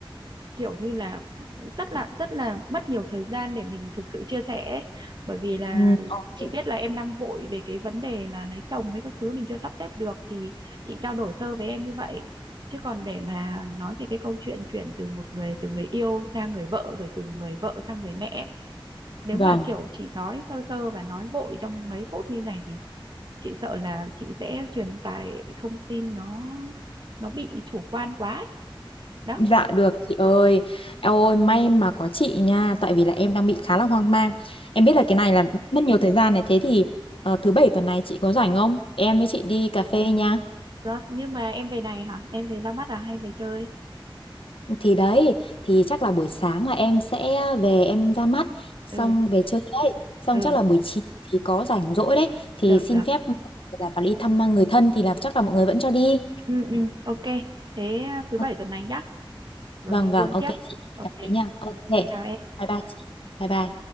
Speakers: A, on the right; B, on the left.
A: kiểu như là cũng rất là rất là mất nhiều thời gian để mình thực sự chia sẻ ấy. bởi vì là
B: Ừ. ok.
A: chị biết là em đang vội về cái vấn đề là lấy chồng với các thứ mình chưa sắp xếp được thì chị trao đổi sơ với em như vậy chứ còn để mà nói về cái câu chuyện chuyển từ một người từ người yêu sang người vợ rồi từ người vợ sang người mẹ nếu
B: Vâng.
A: mà kiểu chỉ nói sơ sơ và nói vội trong mấy phút như này thì chị sợ là chị sẽ truyền tải thông tin nó nó bị chủ quan quá ấy. đó
B: Dạ được chị ơi. Eo ơi may mà có chị nha, tại vì là em đang bị khá là hoang mang. Em biết là
A: Ừ.
B: cái này là mất nhiều thời gian này, thế thì ờ, thứ bảy tuần này chị có rảnh không? Em với chị đi cà phê nha.
A: đó nhưng mà em về này hả em về ra mắt à hay về chơi
B: Thì đấy, thì chắc là buổi sáng là em sẽ về em ra mắt, xong
A: ừ
B: về chơi đấy. Xong
A: ừ
B: chắc là buổi chiều thì có rảnh rỗi đấy, thì
A: được
B: xin
A: được
B: phép là vào đi thăm người thân thì là chắc là mọi người vẫn cho đi.
A: ừ ừ ok thế à, thứ
B: Ờ,
A: bảy tuần này nhá rồi
B: Vâng
A: mình
B: vâng,
A: buôn
B: ok
A: tiếp
B: chị, hẹn
A: ok
B: gặp chị nha. Ok. Bye
A: chị chào em
B: bye chị. Bye bye.